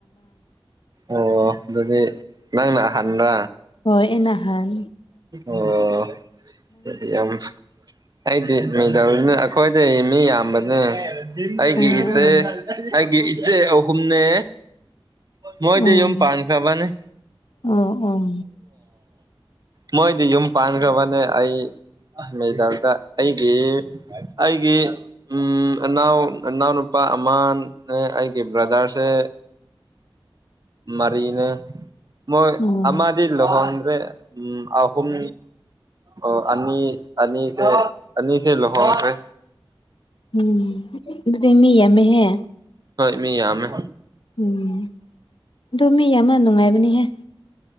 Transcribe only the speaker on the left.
ꯍꯣꯏ ꯑꯅꯍꯥꯟ
ꯑꯣ
ꯑꯣ
ꯎꯝ
ꯑꯣ ꯑꯣ
ꯑꯣ
ꯎꯝ ꯑꯗꯨꯗꯤ ꯃꯤ ꯌꯥꯝꯃꯦꯍꯦ
ꯎꯝ ꯑꯗꯨ ꯃꯤ ꯌꯥꯝꯅ ꯅꯨꯡꯉꯥꯏꯕꯅꯤꯍꯦ